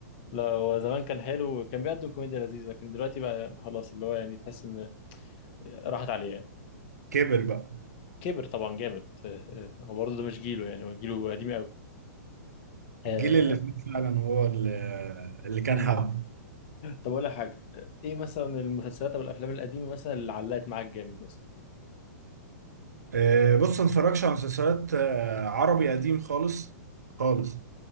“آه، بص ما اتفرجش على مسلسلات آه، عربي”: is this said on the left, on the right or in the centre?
Right